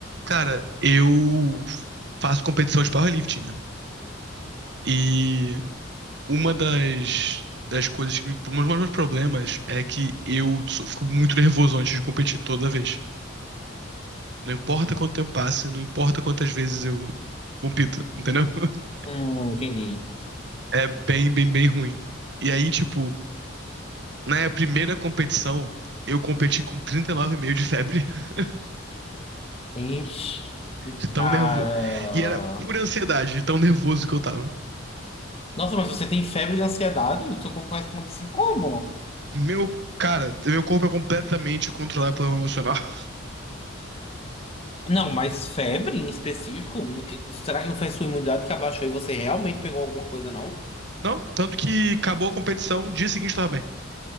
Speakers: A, on the right; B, on the left.
A: Cara, eu faço competição de powerlifting, né? E uma das, das coisas, que me- um dos meus problemas é que eu sou- fico muito nervoso antes de competir toda vez. Não importa quanto tempo passe, não importa quantas vezes eu compito, entendeu? <laughs>
B: Hum, entendi.
A: É bem, bem, bem ruim. E aí, tipo, na primeira competição, eu competi com 39,5 de febre, <laughs>
B: Ixi,
A: de tão
B: cara.
A: nervoso. E era pura ansiedade, de tão nervoso que eu tava.
B: Nossa, mas você tem febre de ansiedade? O seu corpo responde assim, como?
A: Meu, cara, meu corpo é completamente controlado pelo emocional. <laughs>
B: Não, mas febre em específico? O que- Será que não foi sua imunidade que abaixou e você realmente pegou alguma coisa, não?
A: Não, tanto que acabou a competição, dia seguinte tava bem.